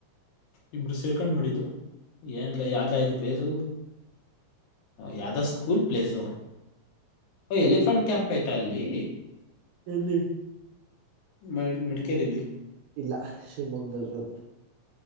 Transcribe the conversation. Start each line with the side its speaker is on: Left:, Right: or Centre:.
Left: ಇಬರು ಸೇರ್ಕೊಂಡ್ ಮಾಡಿದ್ದು ಏನ್ಲ ಯಾರ್ಲ ಇದು ಪೇಸು ಯಾದ ಸ್ಕೂಲ್ ಪ್ಲೇಸು ಓ ಎಲಿಫೆಂಟ್ ಕ್ಯಾಂಪ್ ಐತ ಅಲ್ಲಿ
Right: ಸದು
Left: ಮ ಮಡಿಕೇರಿಯಲ್ಲಿ
Right: ಇಲ್ಲ ಶಿವಮೊಗ್ಗದದು